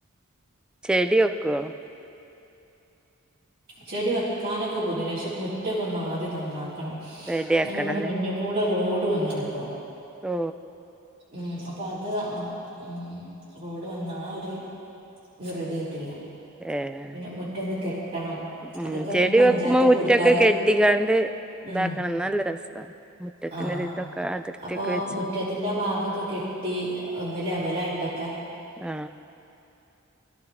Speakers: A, in the centre; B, on the right.
A: ചെടിയൊ ക്കോ?
B: ചെടി വെക്കാനൊക്കെ കൊതിയണ്. പക്ഷെ മുറ്റൊക്കെ ഒന്ന് ആദ്യം നന്നാക്കണം.
A: റെഡി ആക്കണല്ലേ
B: ഞങ്ങ ഇവ്ടെ മുന്ന് കൂടെ റോഡ് വന്ന്ണ് പ്പം.
A: ഓ
B: ഉം അപ്പൊ അത് ഉം റോഡ് വന്ന ആ ഒരു ഇത് റെഡി ആയിട്ടില്ല.
A: ഏഹ്
B: പിന്നെ മുറ്റൊന്നു കെട്ട ട്ടണം.
A: ഉം
B: അതൊക്കെ
A: ചെടി
B: ഇനി പഞ്ചായത്ത്
A: വെക്കുമ്പോ മുറ്റൊക്കെ
B: കൊട്ത്താല്
A: കെട്ടിക്കാണ്ട് ഇതാക്കണം
B: ഉം
A: നല്ല രസാണ് മുറ്റത്തിനൊരു
B: ആ
A: ഇതൊക്കെ അതിർത്തിയൊക്കെ
B: അപ്പൊ
A: വെച്ച്
B: മുറ്റത്തിന്റെ ഭാഗക്കെ കെട്ടി ഒന്ന് ലെവലായിട്ടൊ ക്കെ
A: ആ